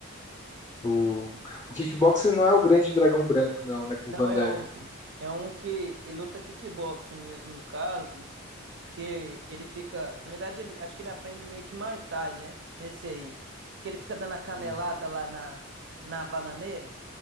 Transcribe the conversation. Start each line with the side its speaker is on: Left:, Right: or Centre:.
Left: O, o kickboxer não é o grande dragão branco, não, né? Com
Right: Não
Left: o Van
Right: é
Left: Damme.
Right: outro. É um que ele luta kickboxing mesmo, no caso. Que ele fica. Na verdade, ele, acho que ele aprende meio que Muay Thai, né? Nesse aí. Que ele fica dando a canelada
Left: Hum.
Right: lá na, na bananeira.